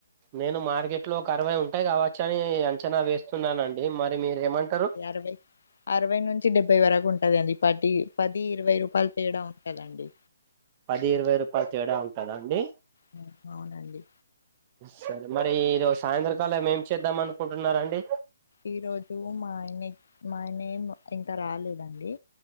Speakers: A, on the right (about 30°); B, on the left (about 70°).
A: నేను మార్కెట్ లో ఒక అరవై ఉంటాయి కావచ్చని అ చనా వేస్తున్నానండి, మరి మీరు ఏమంటరు?
B: అరవై అరవై నుంచి డెబ్బై వరకు ఉంటదండి పది పది ఇరవై రూపాయల తేడా ఉంటదండి.
A: పది ఇరవై రూపాయలు తేడా ఉంటదా అండి
B: హ్మ్. అవునండి.
A: సరే మరి ఈరోజు సాయంత్రకాలం ఏం చేద్దాం అనుకుంటున్నారండి
B: ఈ రోజు మా ఆయనె మా ఆయనేమ్ ఇంకా రాలేదండి.